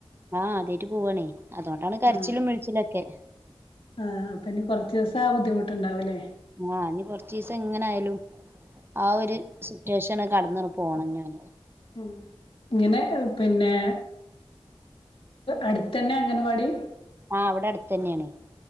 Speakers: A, on the right; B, on the left.
A: ആഹ് ആദ്യയ്ട്ട് പോവണേയ് അതൊണ്ടാണ് കരച്ചിലും
B: ആഹ്
A: മീഴിച്ചിലൊക്കെ
B: ആഹ് അപ്പ ഇനി കൊറ്ച്ചിസം ആഹ് ബുദ്ധിമുട്ടുണ്ടാവല്ലേ
A: ആഹ് ഇനി കൊറ്ച്ചീസം ങ്ങനയാലും ആഹ് ഒരു സിറ്റുവേഷൻ കട്ന്നൊർ പോണങ്ങനെ
B: ഉം ഇങ്ങനെ പിന്നെ അട്ത്തന്നെ അംഗനവാടി
A: ആഹ് വടെ അടുത്തന്നെണയ്